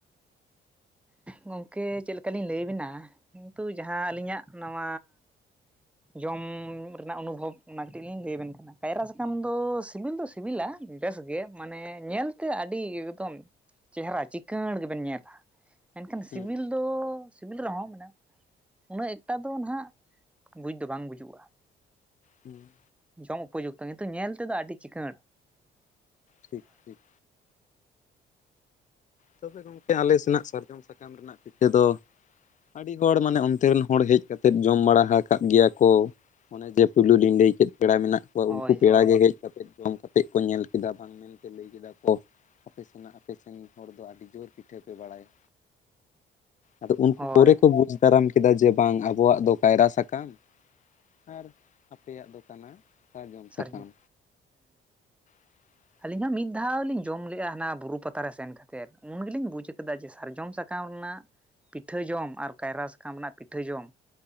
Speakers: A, in the centre; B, on the left.
A: ᱜᱚᱝᱠᱮ ᱪᱮᱫ ᱞᱮᱠᱟ ᱞᱤᱧ ᱞᱟᱹᱭᱟ ᱵᱤᱱᱟ ᱠᱤᱱᱛᱩ ᱡᱟᱦᱟᱸ ᱟᱹᱞᱤᱧᱟᱜ ᱱᱚᱣᱟ, ᱡᱚᱢ ᱨᱮᱱᱟᱜ ᱚᱱᱩᱵᱷᱚᱵ ᱚᱱᱟ ᱠᱟᱹᱴᱤᱡ ᱞᱤᱧ ᱞᱟᱹᱭ ᱟᱵᱤᱱ ᱠᱟᱱᱟ᱾ ᱠᱟᱭᱨᱟ ᱥᱟᱠᱟᱢ ᱫᱚ ᱥᱤᱵᱤᱞ ᱫᱚ ᱥᱤᱵᱤᱞᱟ ᱵᱮᱥ ᱜᱮ ᱢᱟᱱᱮ ᱧᱮᱞ ᱛᱮ ᱟᱹᱰᱤ ᱮᱠᱫᱚᱢ᱾ ᱪᱮᱦᱮᱨᱟ ᱪᱤᱠᱟᱸᱬ ᱜᱮᱵᱮᱱ ᱧᱮᱞᱟ ᱮᱱᱠᱷᱟᱱ
B: ᱦᱩᱸ
A: ᱥᱤᱵᱤᱞ, ᱫᱚ ᱥᱤᱵᱤᱞ ᱨᱮᱦᱚᱸ ᱢᱟᱱᱮ ᱩᱱᱟᱹᱜ ᱮᱠᱴᱟ ᱫᱚ ᱱᱟᱦᱟᱜ ᱵᱩᱡᱽ ᱫᱚ ᱵᱟᱝ ᱵᱩᱡᱩᱜᱼᱟ᱾
B: ᱦᱩᱸ,
A: ᱡᱚᱢ ᱩᱯᱚ ᱡᱩᱠᱛᱚ ᱠᱤᱱᱛᱩ ᱧᱮᱞ ᱛᱮᱫᱚ ᱟᱹᱰᱤ ᱪᱤᱸᱠᱟᱹᱲ᱾
B: ᱴᱷᱤᱠ ᱴᱷᱤᱠ, ᱛᱚᱵᱮ ᱜᱚᱢᱠᱮ ᱟᱞᱮ ᱥᱮᱱᱟᱜ ᱥᱟᱨᱡᱚᱢ ᱥᱟᱠᱟᱢ ᱨᱮᱱᱟᱜ ᱯᱤᱴᱷᱟᱹ ᱫᱚ, ᱟᱹᱰᱤ ᱦᱚᱲ ᱢᱟᱱᱮ ᱚᱱᱛᱮᱱ ᱨᱮᱱ ᱦᱚᱲ ᱦᱮᱡ ᱠᱟᱛᱮᱫ ᱡᱚᱢ ᱵᱟᱲᱟ ᱟᱠᱟᱫ ᱜᱮᱭᱟ ᱠᱚ᱾ ᱚᱱᱮ ᱡᱮ ᱯᱩᱭᱞᱩ ᱞᱤᱧ ᱞᱟᱹᱭ ᱠᱮᱫ ᱯᱮᱲᱟ ᱢᱮᱱᱟᱜ
A: ᱦᱳᱭ
B: ᱩᱱᱠᱩ ᱯᱮᱲᱟ
A: ᱦᱳᱭ
B: ᱜᱮ ᱦᱮᱡ ᱠᱟᱛᱮ ᱡᱚᱢ ᱠᱟᱛᱮ ᱠᱚ ᱧᱮᱞ ᱠᱮᱫᱟ ᱵᱟᱝ ᱢᱮᱱᱛᱮ ᱞᱟᱹᱭ ᱠᱮᱫᱟ ᱠᱚ ᱟᱯᱮ ᱥᱮᱱᱟᱜ᱾ ᱟᱯᱮ ᱥᱟᱹᱜᱤᱧ ᱦᱚᱲ ᱫᱚ ᱟᱹᱰᱤ ᱡᱳᱨ ᱯᱤᱴᱷᱟᱹ ᱯᱮ ᱵᱟᱲᱟᱭᱟ᱾ ᱟᱫᱚ ᱩᱱᱠᱩ
A: ᱦᱳᱭ
B: ᱯᱚᱨᱮ ᱠᱚ ᱵᱩᱡᱽ, <inaudible> ᱠᱮᱫᱟ ᱡᱮ ᱵᱟᱝ ᱟᱵᱚᱣᱟᱜ ᱫᱚ ᱠᱟᱭᱨᱟ ᱥᱟᱠᱟᱢ᱾ ᱟᱨ ᱟᱯᱮᱭᱟᱜ ᱫᱚ ᱠᱟᱱᱟ᱾ ᱥᱟᱨᱡᱚᱢ
A: ᱥᱟᱨᱤ
B: ᱥᱟᱠᱟᱢ
A: ᱦᱩᱸ,
B: <unintelligible>
A: ᱟᱹᱞᱤᱧ ᱦᱚᱸ ᱢᱤᱫ ᱫᱷᱟᱣ ᱞᱤᱧ ᱡᱚᱢ ᱞᱮᱜᱼᱟ ᱦᱟᱱᱟ ᱵᱩᱨᱩ ᱯᱟᱛᱟ ᱨᱮ ᱥᱮᱱ ᱠᱟᱛᱮᱫ ᱩᱱ ᱜᱮᱞᱤᱧ ᱵᱩᱡᱽ ᱠᱟᱫᱟ ᱡᱮ ᱥᱟᱨᱡᱚᱢ ᱥᱟᱠᱟᱢ ᱨᱮᱱᱟᱜ, ᱯᱤᱴᱷᱟᱹ ᱡᱚᱢ ᱟᱨ ᱠᱟᱭᱨᱟ ᱥᱟᱠᱟᱢ ᱨᱮᱱᱟᱜ ᱯᱤᱴᱷᱟᱹ ᱡᱚᱢ᱾